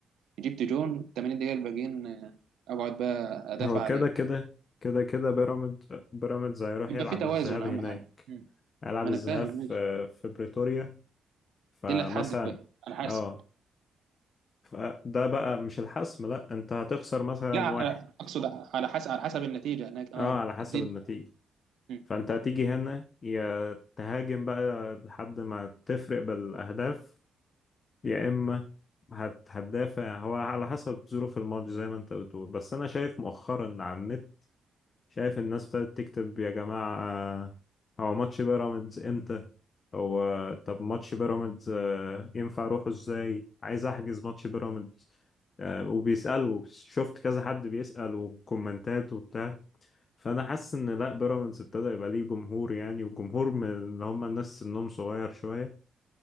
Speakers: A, on the right; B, on the left.
A: جبت جون 80 دقيقه الباقيين آه، اقعد بقى ادافع
B: هو
A: عليه
B: كده كده كده كده بيراميدز بيراميدز هيروح
A: يبقى
B: يلعب
A: في توازن
B: الذهاب
A: اهم
B: هناك
A: حاجه
B: هيلعب
A: ما
B: الذهاب
A: انا فاهم
B: في
A: ماشي
B: في بريتوريا فمثلا
A: دي اللي هتحدد بقى على حسب
B: اه فده بقى مش الحسم لا انت هتخسر مثلا
A: لا
B: واحد
A: على- اقصد على حسب على حسب النتيجه هناك اه
B: اه على حسب
A: دي ال-
B: النتيجة
A: مم.
B: فانت هتيجي هنا يا تهاجم بقى لحد ما تفرق بالاهداف يا اما هت هتدافع هو على حسب ظروف الماتش زي ما انت بتقول بس انا شايف مؤخرا على النت شايف الناس ابتدت تكتب يا جماعة هو ماتش بيراميدز امتى هو طب ماتش بيراميدز آه، ينفع اروحه ازاي عايز احجز ماتش بيراميدز آه، وبيسألوا شفت كذا حد بيسأل وكومنتات وبتاع فانا حاسس ان لا بيراميدز ابتدى يبقى ليه جمهور يعني وجمهور من اللي هم الناس سنهم صغير شويه